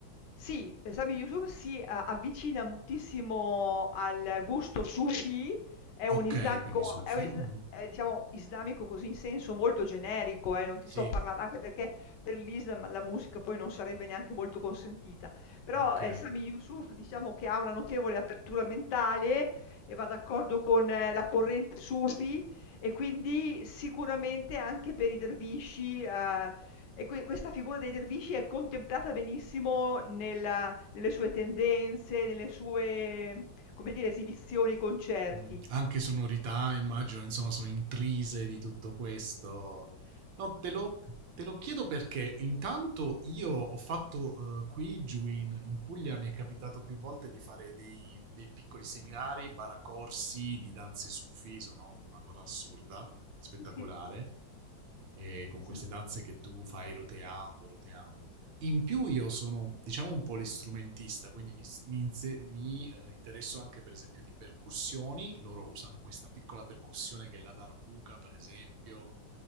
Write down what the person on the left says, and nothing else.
sì, eh, Sami Yusuf si a- avvicina moltissimo al gusto sufi, è
un islamico,
è un isla-
è, diciamo islamico così in senso molto generico, eh, non ti
sto parlando, anche perché per l'Islam la musica poi non sarebbe neanche molto consentita, però
eh, Sami Yusuf diciamo che ha una notevole apertura mentale e va d'accordo con eh, la corrente sufi e quindi sicuramente anche per i dervisci, ehm, e que questa figura dei dervisci è contemplata benissimo nella nelle sue tendenze, nelle sue, come dire, esibizioni, concerti.
Sì, sì,
Mh.
sì, sì,